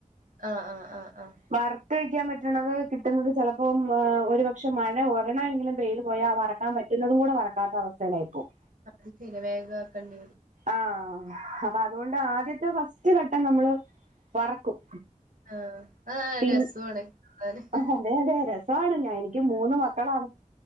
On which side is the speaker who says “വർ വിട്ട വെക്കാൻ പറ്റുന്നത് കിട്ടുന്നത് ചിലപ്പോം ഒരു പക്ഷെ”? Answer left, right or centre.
Right